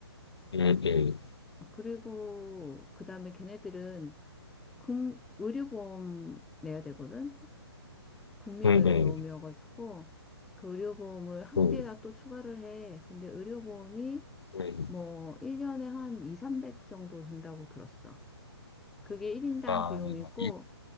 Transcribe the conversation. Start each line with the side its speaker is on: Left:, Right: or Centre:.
Left: 음, 음,
Centre: 어, 그리고, 그 다음에 걔네들은 국, 의료보험 내야 되거든. 국민의료보험이어가지고
Left: 음, 음,
Centre: 그 의료보험을 학비에다
Left: 음,
Centre: 또 추가를 해. 근데 의료보험이
Left: 음.
Centre: 뭐 1년에 한 이삼백 정도 든다고 들었어. 그게 1인당
Left: 아,
Centre: 비용이고
Left: 이-